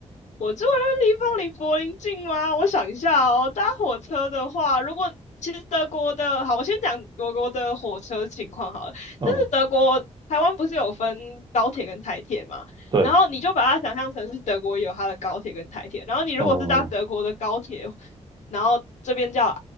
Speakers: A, on the left; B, on the right.
A: 我住的地方离柏林近吗？我想一下哦，搭火车的话，如果其实德国的，好，我先讲德国的火车情况好了。
B: 嗯，
A: 就是德国，台湾不是有分高铁跟台铁嘛？
B: 对，
A: 然后你就把它想象成是德国有它的高铁跟台铁，然后你如果是搭德国的高铁，
B: 嗯，哦，
A: 然后这边叫